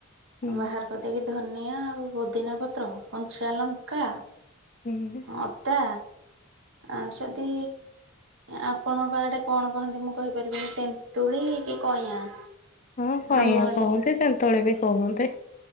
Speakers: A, on the left; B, on the right.
A: ହୁଁ
B: ବାହାର କରିଦେଇକି ଧନିଆ ଆଉ ପୋଦିନା ପତ୍ର କଞ୍ଚା ଲଙ୍କା।
A: ହୁ ହୁ ହୁ।
B: ଅଦା। ଆଉ ଯଦି ଆପଣଙ୍କ ଆଡେ କଣ କହନ୍ତି ମୁଁ କହିପାରିବିନି ତେନ୍ ତୁଳି କି କଇଁଆ।
A: ହୁଁ କଇଁଆ
B: ଆମ ଆଡ଼େ
A: କହନ୍ତି
B: ତ
A: ତନ୍ତୁଳି ବି କୁହନ୍ତି।